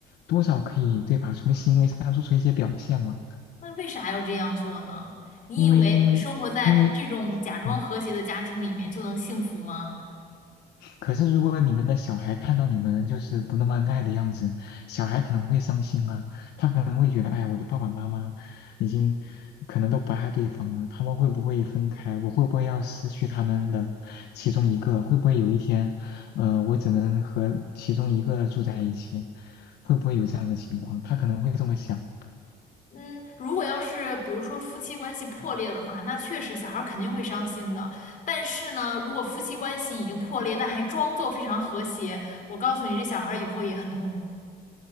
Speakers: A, on the left; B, on the left.
A: 多少可以对吧？从行为上做出一些表现嘛。
B: 那为啥要这样做呢？你以为生活在这种假装和谐的家庭里面就能幸福吗？
A: 因为因为因为，嗯，可是如果你们的小孩看到你们就是不那么恩爱的样子，小孩可能会伤心啊，他可能会觉得，哎呀，我的爸爸妈妈已经可能都不爱对方了，他们会不会分开？我会不会要失去他们的其中一个？会不会有一天，呃，我只能和其中一个住在一起？会不会有这样的情况？他可能会这么想。
B: 嗯，如果要是比如说夫妻关系破裂的话，那确实小孩儿肯定会伤心的。但是呢，如果夫妻关系已经破裂，但还装作非常和谐，我告诉你，这小孩儿以后也很痛苦。